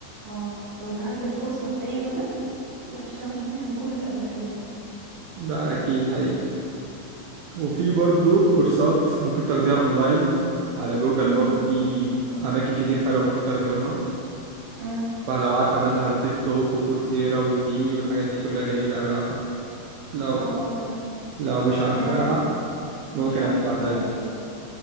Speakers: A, on the right; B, on the right.
A: اه لو اتاحت لك فرصة في اي بلد تروح تشتغل هناك بكل اريحية
B: ده اكيد حقيقي وفي برضو كورسات ممكن تاخديها اونلاين على جوجل
A: امم
B: برضو في اماكن كتير حلوه ممكن تاخدي منها
A: امم
B: فلو عارفة مثلا تيد توك وكورسيرا ويوديمي والحاجات دي كلها جميلة أوي لو عارفة لو
A: اه اه تمام
B: لو مش عارفاها
A: آه
B: ممكن
A: مش عارفاها
B: أبقى أبعتها
A: لا
B: لك